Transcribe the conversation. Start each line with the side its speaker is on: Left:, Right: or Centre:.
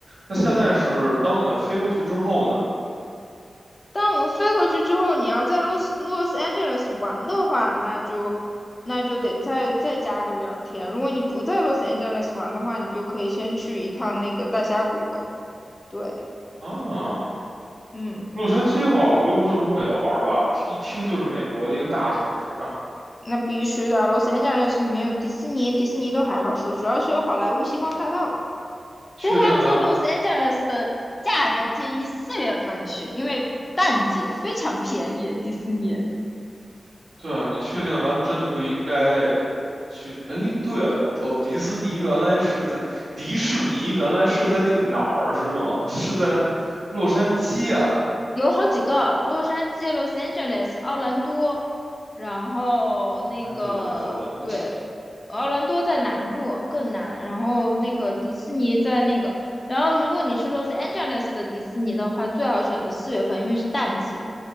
Right: 那现在是当我们飞过去之后呢？
Left: 对，但我们飞过去之后，你要在洛斯洛斯 Angeles 玩的话，那就那就得再再加个两天。如果你不在洛斯 Angeles 玩的话，你就可以先去一趟那个大峡谷。对，
Right: 啊，
Left: 嗯。
Right: 洛杉矶的话，我觉得无论如何也要玩儿吧，一听就是美国的一个大城市。
Left: 那必须的，洛杉矶里面有迪士尼，迪士尼都还好说，主要是有好莱坞星光大道。
Right: 确定咱们，
Left: 但是他们说洛杉矶的价格建议四月份去，因为淡季非常便宜。迪士尼
Right: 对啊，你确定咱们真的不应该去？哎，对啊，哦，迪士尼原来是在迪士尼原来是在那个哪儿是吗？是在洛杉矶啊，
Left: 有好几个，洛杉矶、Los Angeles、奥兰多，然后那个对，
Right: 安吉拉奥兰多
Left: 奥兰多在南部更南，然后那个迪士尼在那个，然后如果你去 Los Angeles 的迪士尼的话，最好选择四月份，因为是淡季。